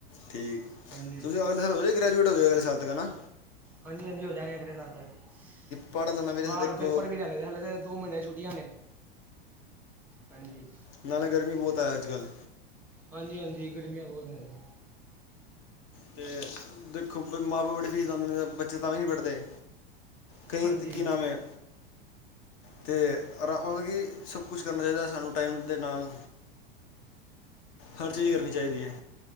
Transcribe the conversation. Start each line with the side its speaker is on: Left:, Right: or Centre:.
Left: ਠੀਕ
Centre: ਹਾਂਜੀ
Left: 'ਤੁਸੀਂ ਅਗਲੇ ਸਾਲ ਹੋ ਗ੍ਰੈਜੂਏਟ ਹੋ ਅਗਲੇ ਸਾਲ ਤਕ ਹਨਾਂ।
Centre: ਹਾਂਜੀ ਹਾਂਜੀ ਹੋ ਜਾਂਗੇ ਅਗਲੇ ਸਾਲ ਤੱਕ।
Left: ਪਹਾੜਾਂ ਦਾ ਨਾ ਵੀਰੇ
Centre: ਹਾਂ
Left: ਦੇਖੋ
Centre: ਹੁਣ ਪੇਪਰ ਵੀ ਲੈਣੇ ਹਲੇ ਤਾਂ ਦੋ ਮਹੀਨੇ ਛੁਟੀਆਂ ਨੇ। ਹਾਂਜੀ
Left: ਨਾਲ ਗਰਮੀ ਬਹੁਤ ਆਇਆ ਅੱਜ ਕੱਲ੍ਹ।
Centre: ਹਾਂਜੀ-ਹਾਂਜੀ ਗਰਮੀਆਂ ਬਹੁਤ ਨੇ।
Left: ਅਤੇ ਦੇਖੋ ਮਾਂ ਪਿਓ ਬੜੀ ਫੀਸ ਲਾਦੇ ਨੇ ਬੱਚੇ ਤਾਂ ਨਹੀਂ ਪੜ੍ਹਦੇ। ਕਈ
Centre: ਹਾਂਜੀ
Left: ਤੇ ਕੀ ਨਾਮ ਏ। ਅਤੇ ਰਾਰਾ ਮਤਲਬ ਕਿ ਸਭ ਕੁਛ ਕਰਨਾ ਚਾਹੀਦਾ ਸਾਨੂੰ ਟਾਈਮ ਦੇ ਨਾਲ ਹਰ ਚੀਜ਼ ਕਰਨੀ ਚਾਹੀਦੀ ਹੈ